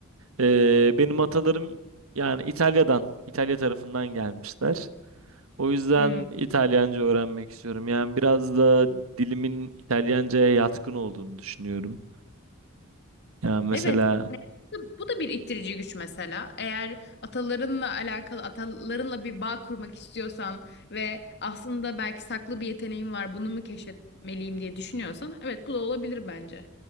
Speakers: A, on the right; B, on the left.
A: e, benim atalarım yani İtalya'dan, İtalya tarafından gelmişler. O yüzden
B: Hmm.
A: İtalyanca öğrenmek istiyorum. Yani biraz da dilimin İtalyanca'ya yatkın olduğunu düşünüyorum. Yani mesela
B: Evet. yani Bu bu da bir ittirici güç mesela. Eğer atalarınla alakalı, atalarınla bir bağ kurmak istiyorsan ve aslında belki saklı bir yeteneğin var, bunu mu keşfetmeliyim diye düşünüyorsan, evet bu da olabilir bence.